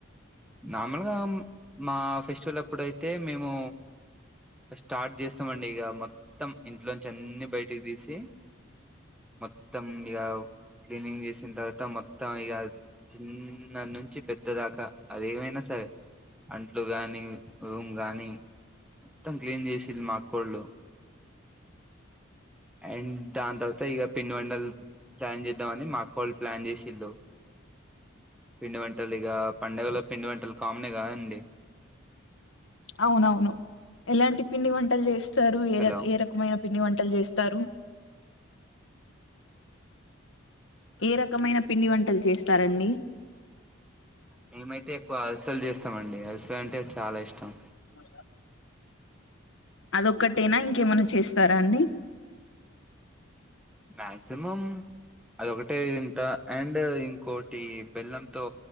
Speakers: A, in the centre; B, on the left.
A: నార్మల్గా మా ఫెస్టివల్ అప్పుడయితే మేము స్టార్ట్ చేస్తామండి ఇగ మొత్తం ఇంట్లోంచి అన్ని బయటికి తీసి మొత్తం ఇగ క్లీనింగ్ చేసిన తర్వాత మొత్ త్తం ఇగ చిన్న నుంచి పెద్ద దాకా అదేమైనా సరే అంట్లు గానీ రూమ్ గాని మొత్తం క్లీన్ చేసిల్లు మా అక్కోళ్ళు అండ్ దాని తర్వాత ఇగ పిండి వంటల్ ప్లాన్ చేద్దామని మాకు అక్క వాళ్ళు ప్లాన్ చేసిళ్ళు పిండి వంటలు ఇగ పండగలో పిండి వంటలు కామనే కద అండి
B: అవునవును ఎలాంటి పిండి వంటలు చేస్ స్తారు ఏ
A: హలో
B: ర ఏ రకమైన పిండి వంటలు చేస్తారు ఏ రకమైన పిండి వంటలు చేస్తారండి
A: మేమయితే ఎక్కువ అరిసల్ చేస్త మండి అరిసలంటే చాలా ఇష్టం
B: ఆ అదొక్కటేనా ఇంకేమనా చేస్తారా అండి
A: మాక్సిమం అది ఒకటి టే ఇంత అండ్ ఇంకోటి బెల్లంతో